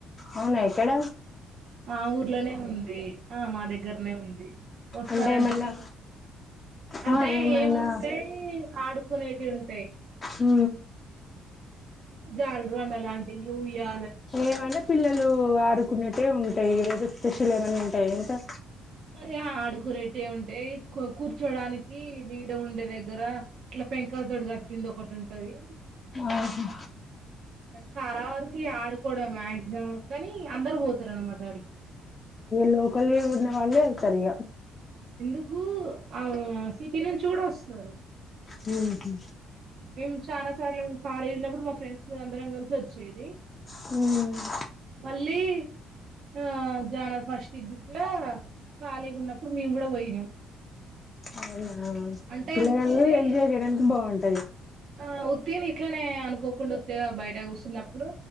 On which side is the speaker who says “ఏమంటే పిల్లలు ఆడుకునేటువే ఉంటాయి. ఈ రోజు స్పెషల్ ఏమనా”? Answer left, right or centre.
Left